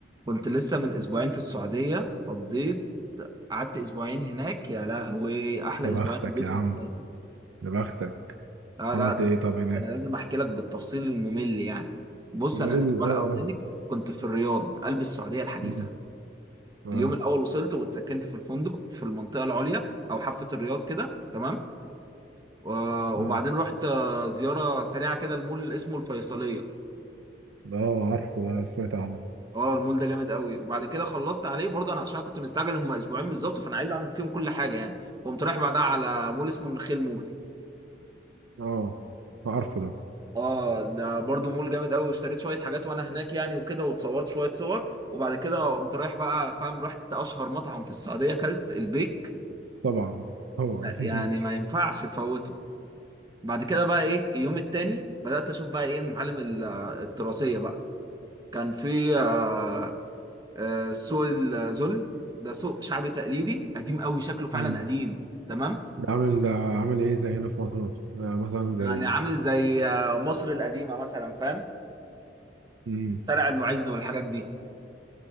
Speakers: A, on the right; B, on the right.
A: كنت لسه من اسبوعين في السعودية قضيت قعدت اسبوعين هناك يا لهوي احلى
B: يا
A: اسبوعين
B: بختك
A: قضيتهم
B: يا عم
A: في حياتي
B: يا بختك
A: لا
B: عملت
A: لا ده,
B: ايه طب هناك
A: ده انا لازم احكي لك بالتفصيل الممل يعني بص
B: ايه
A: انا الاسبوع
B: ال- آه،
A: الاولاني كنت في الرياض قلب السعودية الحديثة
B: مم. اه
A: اليوم الاول وصلت واتسكنت في الفندق في المنطقة العليا او حافة الرياض كده تمام و- وبعدين
B: آه،
A: رحت آه، زيارة سريعة كده المول اسمه الفيصلية
B: ده اه عارفه ده سمعت عنه
A: اه المول ده جامد قوي وبعد كده خلصت عليه برضه انا عشان كنت مستعجل هم اسبوعين بالظبط فانا عايز اعمل فيهم كل حاجه يعني قمت رايح بعدها على مول اسمه النخيل مول
B: اه آه، عارفه ده
A: اه ده برضه مول جامد قوي واشتريت شويه حاجات وانا هناك يعني وكده واتصورت شويه صور وبعد كده قمت رايح بقى فاهم رحت اشهر مطعم في السعوديه اكلت البيك
B: طبعا طبعا
A: يعني
B: <laughs>
A: ما ينفعش تفوته بعد كده بقى ايه اليوم التاني بدات اشوف بقى ايه المعالم ال- التراثيه بقى كان في آه، آه، سوق الذل ده سوق شعبي تقليدي قديم قوي شكله فعلا
B: مم.
A: قديم تمام
B: ده عامل ده عامل ايه زي هنا في مصر مثلا آه، مثلا زي
A: يعني عامل زي آه، مصر القديمة مثلا فاهم
B: مم.
A: شارع المعز والحاجات دي